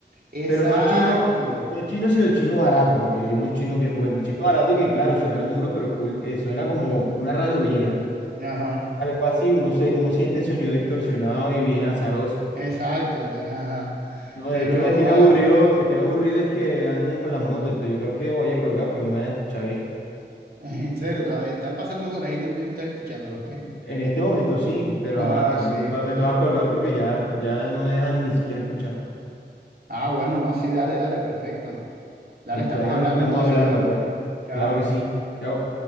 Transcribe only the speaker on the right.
Exacto.
Ujú.
Ajá.
Exacto, entonces, ajá.
Pero,
joda,
<laughs> en serio, todavía están pasando por ahí también, ustedes escuchándolos, ¿qué?
Ah,
sí.
Ah, bueno, no, sí, dale, dale, perfecto. Dale,
estamos
hablando
entonces,
brother.
Chao.